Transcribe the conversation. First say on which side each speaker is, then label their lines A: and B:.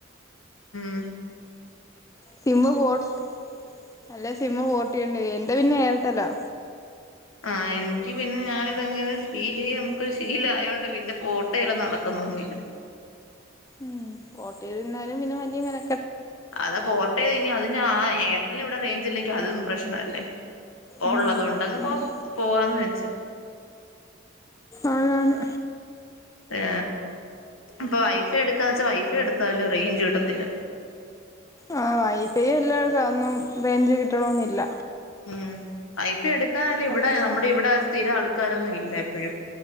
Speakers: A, on the left; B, on the left.
A: മ്
B: സിമ്മ് ബോട്ട് അല്ല സി മമ്ബോട്ടയേണ്ടി വരും. എന്റെ പിന്നെ ഏയെർട്ടലാ
A: ആഹ് എൻക്ക് പിന്നെ ഞാനിത് <unintelligible> ഞമ്ക്ക്‌ ശീലായോണ്ട് പിന്നെ പോട്ടെയ്ല് നടക്ക്‌ തോന്നിയില്ല.
B: ഉം പോട്ടെയ്തെര്ന്നാലും പിന്നെ വല്ല്യ മെന
A: അതാ പോർട്ട് ചെയ്തയ്നാ അതിന് ആ എയർടെല്ലിനി വടെ റേഞ്ച് ഇല്ലെങ്കിൽ അതും പ്രശ്നല്ലേ. പ്പോള്ളത്
B: ഉം
A: കൊണ്ടങ്ങ് പോ
B: ആണ്
A: പോവാന്ന് വെച്ച്
B: ആനാണ്
A: ഏ ഇപ്പൊ വൈഫൈ എട്ക്കാന്ന് വെച്ചാ വൈഫൈ എട്ത്താലും റേഞ്ച് കിട്ടത്തില്ല.
B: ആഹ് വൈഫൈ ഇല്ല ഒന്നും റേഞ്ച് കിട്ടണോന്നില്ല.
A: മ് വൈഫൈ എടുക്കാനാല ഇവിടെ
B: അതുമല്ല
A: നമ്മുടെ ഇവിടെ സ്ഥിര ആൾക്കാരൊന്നുല്ല ഇപ്പഴും